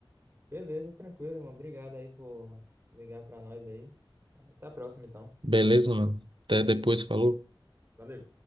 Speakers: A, on the right (about 25°); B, on the right (about 65°).
A: Beleza, tranquilo, irmão. Obrigado aí por ligar pra nós aí. Até a próxima, então.
B: Beleza, mano. Até depois, falou.
A: Valeu.